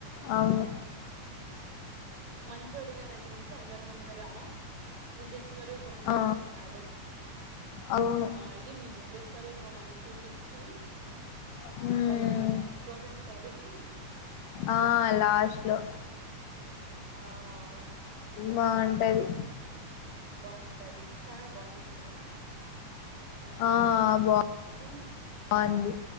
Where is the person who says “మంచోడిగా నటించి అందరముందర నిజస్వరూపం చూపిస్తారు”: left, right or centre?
Right